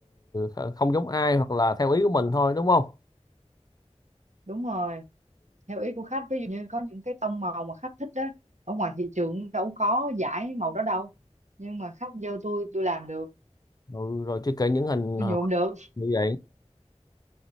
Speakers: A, on the left; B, on the right.
A: ờ, không giống ai hoặc là theo ý của mình thôi đúng không
B: đúng rồi theo ý của khách ví dụ như có những cái tông màu mà khách thích đó ở ngoài thị trường đâu có giải màu đó đâu nhưng mà khách vô tôi tôi làm được
A: ừ, rồi chưa kể những hình
B: tôi nhuộm được
A: như vậy